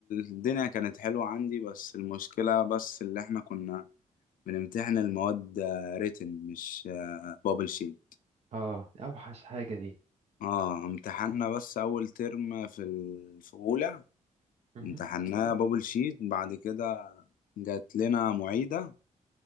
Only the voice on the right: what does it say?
اه دي اوحش حاجة دي
مهم.